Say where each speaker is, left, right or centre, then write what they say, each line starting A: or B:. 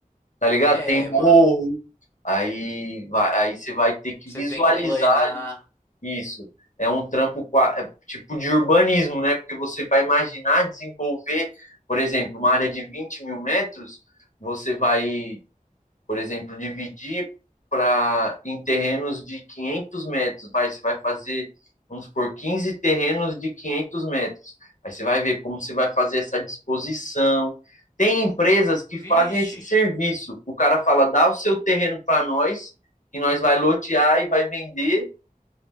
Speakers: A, on the left (about 60°); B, on the left (about 15°).
A: tá ligado?
B: É,
A: Tem morro,
B: mano.
A: aí, vai, aí você vai ter que
B: Você
A: visualizar
B: tem que planear.
A: isso. É um trampo qua- é tipo de urbanismo, né? Porque você vai imaginar desenvolver, por exemplo, uma área de 20 mil metros, você vai por exemplo, dividir para em terrenos de 500 metros, vai, você vai fazer, vamos por 15 terrenos de 500 metros. Aí você vai ver como você vai fazer essa disposição. Tem empresas que
B: Vixe.
A: fazem esse serviço. O cara fala, dá o seu terreno para nós, e nós vai lotear e vai vender,